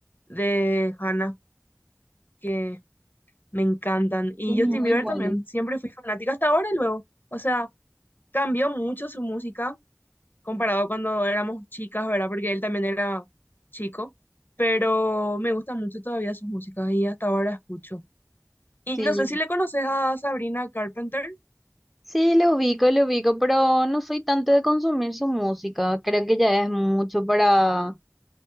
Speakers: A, on the left; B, in the centre.
A: de Hannah que me encantan. Y
B: Son
A: Justin
B: muy
A: Bieber
B: buenos.
A: también, siempre fui fanática hasta ahora y luego. O sea, cambió mucho su música comparado cuando éramos chicas, ¿verdad? Porque él también era chico, pero me gustan mucho todavía sus músicas y hasta ahora escucho. Y
B: Sí,
A: no sé si le conoces a Sabrina Carpenter.
B: Sí, le ubico, le ubico, pero no soy tanto de consumir su música. Creo que ya es mucho para,